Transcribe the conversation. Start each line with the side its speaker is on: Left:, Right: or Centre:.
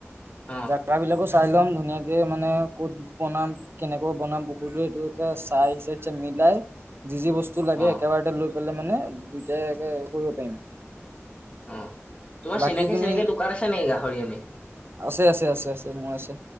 Left: অ
Right: জাগা বিলাকো চাই ল'ম ধুনীয়াকে মানে ক'ত বনাম কেনেকৈ বনাম পুখুৰীটো এইটো <unintelligible> বিলাই। যি যি বস্তু লাগে
Left: অ
Right: একেবাৰতে লৈ পেলাই মানে, দুইটাই <unintelligible> কৰিব পাৰিম।
Left: অ', তোমাৰ
Right: বাকী
Left: চিনাকি
Right: তুমি
Left: চিনাকি দোকান আছে নেকি গাহৰি আনি।
Right: আছে আছে আছে আছে মোৰ আছে